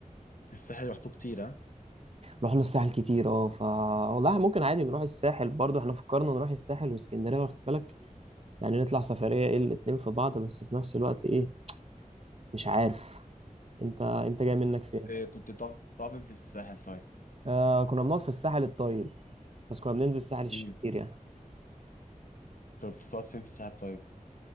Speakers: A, on the left; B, on the right.
A: الساحل رحته كتير ها
B: رحنا الساحل كتير اه ف والله ممكن عادي نروح الساحل برضو احنا فكرنا نروح الساحل واسكندريه واخد بالك يعني نطلع سفرية ايه الاتنين في بعض بس في نفس الوقت ايه مش عارف انت انت جاي منك فين
A: إيه كنت بتقف بتقف فين في الساحل طيب
B: آه كنا بنقعد في الساحل الطيب بس كنا بننزل الساحل الشرير
A: امم
B: يعني
A: طب بتقعد فين في الساحل طيب